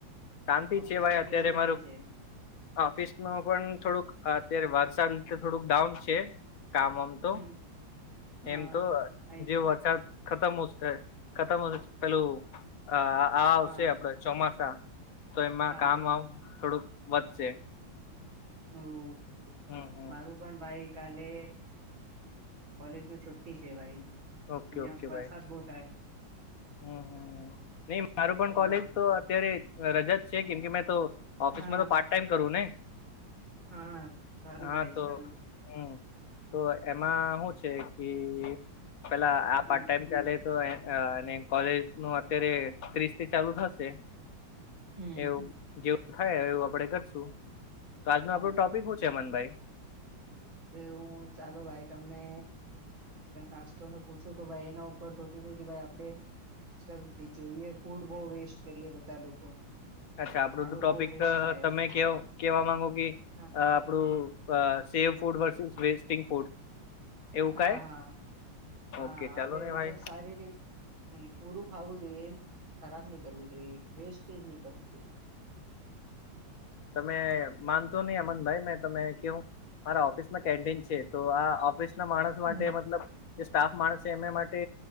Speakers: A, on the left; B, on the right.
A: શાંતિ
B: ઓફિસમાં
A: છે ભાઈ અત્યારે
B: કેવું ચાલે
A: મારું?
B: છે
A: ઓફિસ ન પણ થોડુંક અત્યારે વરસાદ થોડુંક ડાઉન છે. કામમ
B: હમ
A: તો
B: હા
A: એમ તો
B: અહી
A: જે વરસાદ ખતમશે ખતમ પેલું આ આવશે
B: હા
A: આપડે ચોમાસા તો એમાં
B: હા
A: કામ આમ થોડુંક વધશે.
B: ઓકે
A: હમ હમ
B: મારું પણ ભાઈ કાલે કોલેજ નું છુટ્ટી છે ભાઈ.
A: ઓકે
B: અહિયાં
A: ઓકે
B: વરસાદ
A: ભાઈ
B: બહુ થાય
A: હમ હમ નહી મારું પણ
B: ઓર
A: કોલેજ તો અત્યારે રજા છે. કેમ કે મેં તો ઓફિસમાં
B: હા
A: તો પાર્ટ ટાઈમ કરું ને?
B: હા સારું
A: હા
B: ભાઈ
A: તો
B: સારું
A: હમ તો એમાં શું છે કે પેલા આ
B: હમ
A: પાર્ટ ટાઈમ ચાલે તો અને કોલેજ નું અત્યારે ત્રીસ થી ચાલુ થશે.
B: હમ
A: એવું જેવું થાય એવું આપડે કરશું તો આજનો
B: હા
A: આપણું ટોપિક શું છે અમનભાઈ
B: અ હું ચાલો ભાઈ તમને નાસ્તો નું પૂછું તો ભાઈ એના ઉપર સોચું છું કે ભાઈ આપડે. આજકાલ સુધી જોઈએ ફૂડ બહુ વેસ્ટ કરીએ બધા લોકો
A: અચ્છા આપડું
B: ખાણું
A: તો ટોપિક
B: બહુ વેસ્ટ થાય
A: તમે કે કેવા માંગો કે
B: હા
A: આપડું save food versus wasting food એવું
B: હા
A: કાય
B: હા. હા
A: ઓકે
B: આપડે
A: ચાલો ને
B: એમતલબ
A: ભાઈ
B: સારી રીત અ પૂરું ખાવું જોઈએ એમ. ખરાબ ની કરવું જોઈએ વેસ્ટેજ ની કરવું જોઈએ.
A: તમે માનશો ની અમન ભાઈ મેં તમે કેવું મારા ઓફિસમાં કેન્ટીન છે તો આ ઓફિસ ના માણસ
B: હમ
A: માટે મતલબ જે સ્ટાફ માણસ છે એમને માટે